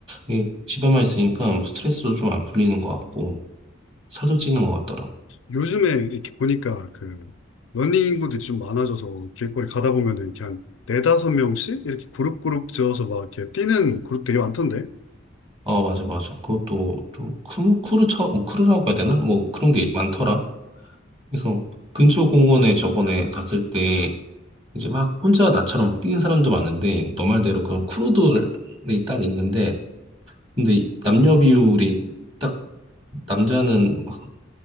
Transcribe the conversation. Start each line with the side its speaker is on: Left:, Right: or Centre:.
Right: 이 집에만 있으니까 스트레스도 좀 안 풀리는 것 같고 살도 찌는 것 같더라고.
Left: 요즘에 이렇게 보니까 그 러닝 인구들이 좀 많아져서 길거리 가다 보면은 이렇게 한 네다섯 명씩 이렇게 그룹 그룹 지어서 막 이렇게 뛰는 그룹 되게 많던데.
Right: 어, 맞아, 맞아. 그것도 좀 크루, 크루처럼, 뭐 크루라고 해야 되나? 뭐 그런 게 많더라. 그래서 근처 공원에 저번에 갔을 때 이제 막 혼자 나처럼 막 뛰는 사람도 많은데 너 말대로
Left: 음.
Right: 그런 크루들이 딱 있는데 근데 이 남녀 비율이 딱 남자는 막